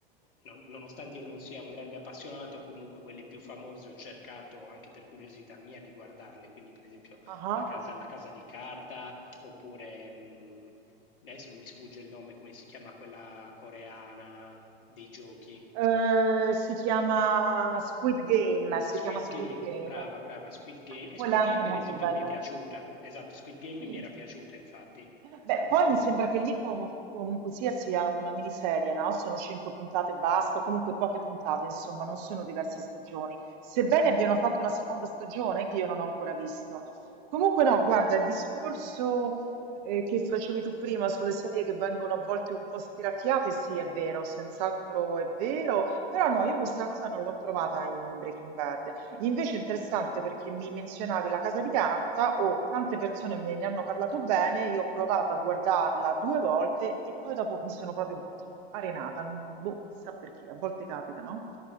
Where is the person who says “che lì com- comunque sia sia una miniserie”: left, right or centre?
Right